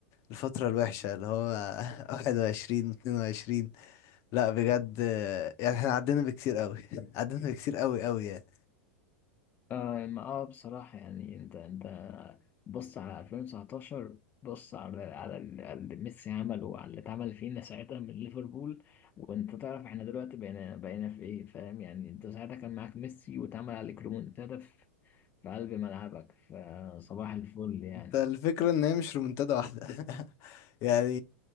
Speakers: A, on the left (about 45°); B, on the left (about 25°).
A: الفتره الوحشه اللي هو <laughs> 21 و22 لا بجد يعني احنا عدينا بكتير قوي عدينا بكتير قوي قوي يعني
B: آه ما اه بصراحة يعني انت انت بص على 2019 بص على على ال- على اللي ميسي عمله وعلى اللي اتعمل فينا ساعتها من ليفربول وانت تعرف احنا دلوقتي بقينا بقينا في ايه فاهم يعني انت ساعتها كان معاك ميسي واتعمل عليك ريمونتادا في في قلب ملعبك فصباح الفل يعني
A: الفكرة ان هي مش رومنتادا واحدة <laughs> يعني